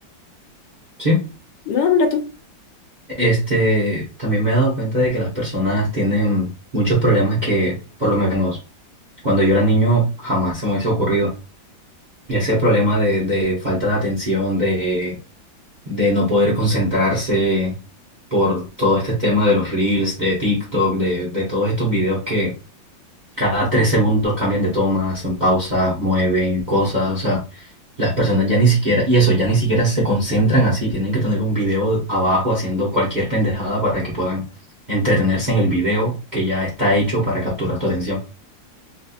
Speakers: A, on the right; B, on the left.
A: sí,
B: no, habla tú.
A: este, también me he dado cuenta de que las personas tienen muchos problemas que, por lo menos, cuando yo era niño jamás se me hubiese ocurrido. Ese problema de, de falta de atención, de, de no poder concentrarse por todo este tema de los reels, de TikTok, de, de todos estos videos que Cada tres segundos cambian de toma, hacen pausas, mueven cosas, o sea, las personas ya ni siquiera, y eso, ya ni siquiera se concentran así, tienen que tener un video abajo haciendo cualquier pendejada para que puedan entretenerse en el video que ya está hecho para capturar tu atención.